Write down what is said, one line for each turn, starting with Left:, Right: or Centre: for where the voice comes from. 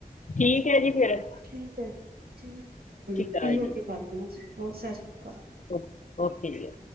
Left: ਠੀਕ ਏ ਜੀ ਫੇਰ।
Right: ਠੀਕ ਏ, ਠੀਕ ਹ ਫ੍ਹੀ
Left: ਅਕਾਲ
Right: ਹੋ
Left: ਜੀ
Right: ਕੇ ਕਰਦੇ ਆ ਜੀ ਹੋਰ ਸਾ ਸ੍ਰੀ ਕਾਲ।
Left: ਓ ਓਕੇ ਜੀ ਅ